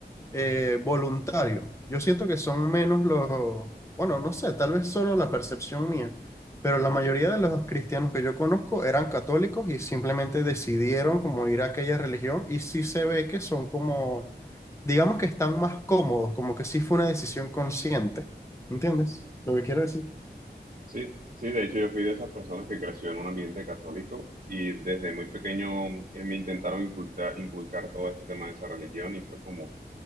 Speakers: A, on the left (about 15°); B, on the right (about 50°).
A: eh, voluntario. Yo siento que son menos los, bueno, no sé, tal vez solo la percepción mía, pero la mayoría de los cristianos que yo conozco eran católicos y simplemente decidieron como ir a aquella religión y sí se ve que son como, digamos que están más cómodos, como que sí fue una decisión consciente. ¿Entiendes? Lo que quiero decir.
B: Sí, sí, de hecho yo fui de esas personas que creció en un ambiente católico y desde muy pequeño eh, me intentaron inculcar, inculcar todo este tema de esa religión y fue como